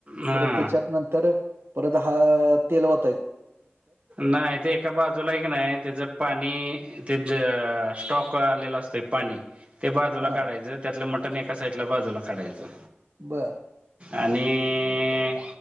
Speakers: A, on the right; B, on the right.
A: हा
B: परत त्याच्यात नंतर परत हा तेल ओ
A: नाही ते एका बा <unintelligible> ला आहे की नाही त्याचं पाणी ते जे स्टॉक आलेला असतोय पाणी ते बाजूला
B: हा
A: काढायचं त्यातलं मटण एका साइडला बाजूला काढायचं.
B: बरं.
A: आणि